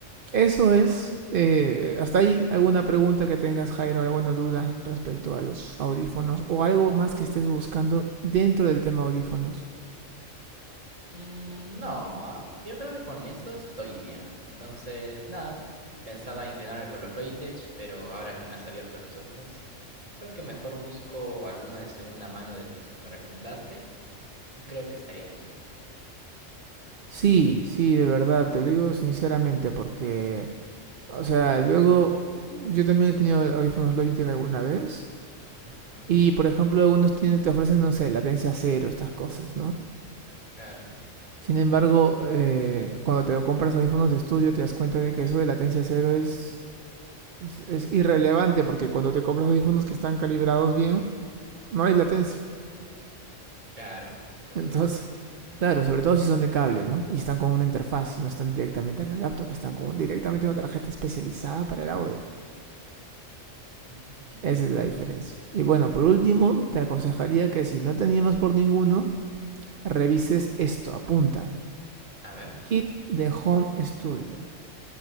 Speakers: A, on the right (about 50°); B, on the right (about 30°).
A: eso es. eh, hasta ahí, ¿alguna pregunta que tengas, Jairo? ¿Alguna duda respecto a los audífonos? ¿O algo más que estés buscando dentro del tema audífonos?
B: Mm, No, ah, yo creo que con eso estoy bien. Entonces, nada, pensaba inclinarme por los Logitech, pero ahora que me has abierto los ojos, creo que mejor busco alguno de segunda mano de los que me recomendaste y creo que estaríamos bien.
A: Sí, sí, de verdad, te lo digo sinceramente porque, o sea, luego yo también he tenido audífonos Logitech alguna vez
B: Ujú,
A: y, por ejemplo, algunos tienen- te ofrecen, no sé, latencia cero, estas cosas, ¿no?
B: claro.
A: Sin embargo, eh, cuando te compras audífonos de estudio te das cuenta de que eso de latencia cero es, es, es irrelevante porque cuando te compras audífonos que están calibrados bien, no hay latencia.
B: Claro, eso
A: Entonces,
B: es verdad.
A: claro, sobre todo si son de cable, ¿no? Y están con una interfaz, no están directamente en la laptop, están con directamente una tarjeta especializada para el audio.
B: <laughs>
A: Esa es la diferencia. Y bueno, por último, te aconsejaría que si no te animas por ninguno, revises esto, apunta.
B: A ver,
A: Kit de Home Studio.